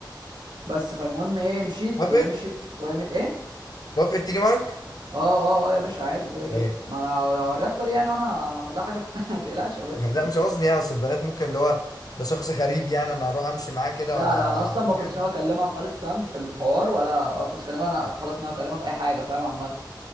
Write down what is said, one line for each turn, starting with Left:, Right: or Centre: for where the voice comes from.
Right: بس فالمهم ايه مشيت
Left: وافقت
Right: وهي مشيت وهي مش... ايه
Left: وافقت تيجي معاك
Right: اه اه اه يا باشا عادي كده كده
Left: كويس
Right: ما انا هوريها الطريق يعني وانا هعمل لها حاجه <laughs> ما تقلقش يا باشا
Left: لا مش قصدي يعني اصل البنات ممكن اللي هو ده شخص غريب يعني انا هروح امشي معاه كده
Right: لا
Left: وانا
Right: لا
Left: ما
Right: انا
Left: اعرفوش
Right: اصلا ما كنتش
Left: يعني
Right: ناوي اكلمها خالص فاهم في الحوار ولا كنتش اكلمها انا خلاص ناوي اكلمها في اي حاجه فاهم عامه